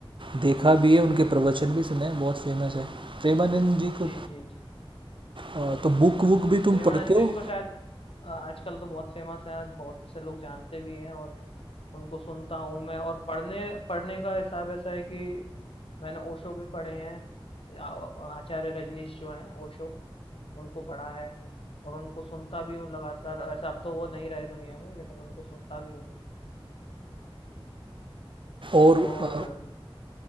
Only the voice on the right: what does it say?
देखा भी है उनके
प्रवचन
भी सुने हैं बहुत फेमस है प्रेमानंद जी को
अ, तो बुक वुक भी तुम
पढ़ते हो
और
अ,